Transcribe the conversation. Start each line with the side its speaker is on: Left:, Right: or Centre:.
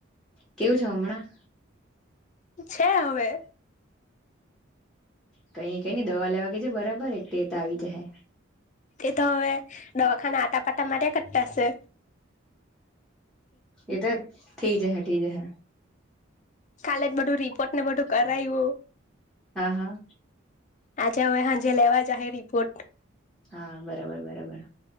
Centre: કેવું છે હમણાં
Left: છે હવે
Centre: કઈ કઈની દવા લેવા કે જે બરાબર એટે તો આવી જાહે.
Left: એ તો હવે દવાખાના આટાપાટા માર્યા કરતા છે.
Centre: એ તો થઈ જાહે થઈ જાહે.
Left: કાલે જ બધું રિપોર્ટને બધું કરાયવું.
Centre: હા
Left: આજે હવે સાંજે લેવા જહે રિપોર્ટ
Centre: હા બરાબર બરાબર